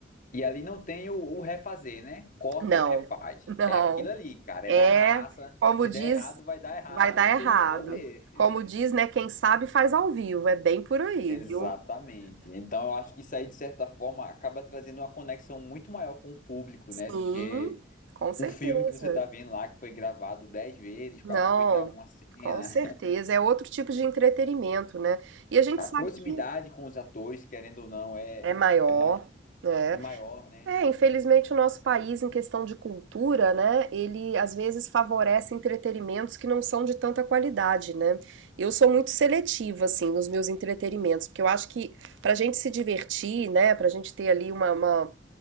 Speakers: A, on the left; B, on the right.
A: E ali não tem o, o refazer, né? Corta
B: Não,
A: e refaz.
B: não,
A: É aquilo ali, cara,
B: é,
A: é na raça.
B: como
A: Se
B: diz,
A: der errado, vai dar errado
B: vai dar
A: e
B: errado.
A: todo mundo vai ver.
B: Como diz, né, quem sabe faz ao vivo, é bem por aí,
A: Exatamente.
B: viu?
A: Então eu acho que isso aí, de certa forma, acaba trazendo uma conexão muito maior com o público,
B: Sim,
A: né? Do que
B: com certeza.
A: um filme que você tá vendo lá que foi gravado dez vezes
B: Não,
A: para aproveitar uma cena.
B: com certeza. É outro tipo de entretenimento, né? E a gente
A: A
B: sabe
A: proximidade
B: que
A: com os atores, querendo ou não, é,
B: é maior,
A: é mais
B: né?
A: é maior, né?
B: É, infelizmente o nosso país, em questão de cultura, né? Ele às vezes favorece entretenimentos que não são de tanta qualidade, né? Eu sou muito seletiva, assim, nos meus entretenimentos, porque eu acho que pra gente se divertir, né? Pra gente ter ali uma, uma